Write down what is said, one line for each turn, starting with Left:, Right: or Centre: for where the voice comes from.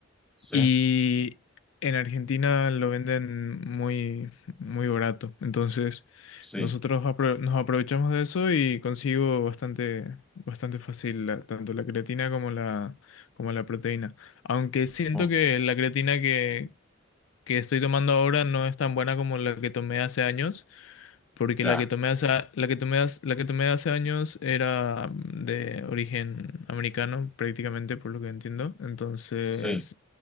Centre: Sí,
Left: y en Argentina lo venden muy, muy barato. Entonces
Centre: sí,
Left: nosotros apro- nos aprovechamos de eso y consigo bastante, bastante fácil la- tanto la creatina como la, como la proteína. Aunque siento
Centre: mm,
Left: que la creatina que, que estoy tomando ahora no es tan buena como la que tomé hace años, porque
Centre: ya,
Left: la que tomé hace, la que tomé hace- la que tomé hace años era mm, de origen americano, prácticamente, por lo que entiendo. Entonces,
Centre: sí.